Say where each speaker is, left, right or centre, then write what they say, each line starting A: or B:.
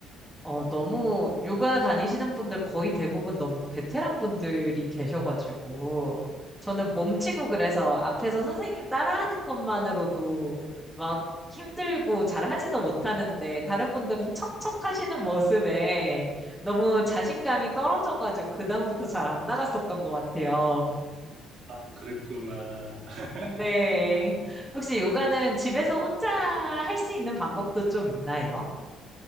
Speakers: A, in the centre; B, on the right.
A: 어, 너무 요가 다니시는 분들 거의 대부분 너무 베테랑 분들이 계셔가지고 저는 몸치고 그래서 앞에서 선생님 따라하는 것만으로도 막 힘들고 잘하지도 못하는데 다른 분들은 척척 하시는 모습에 너무 자신감이 떨어져가지고 그다음부터 잘 안 나갔었던 것 같아요.
B: 아, 그랬구나.
A: 근데
B: <laughs>
A: 혹시 요가는 집에서 혼자 할 수 있는 방법도 좀 있나요?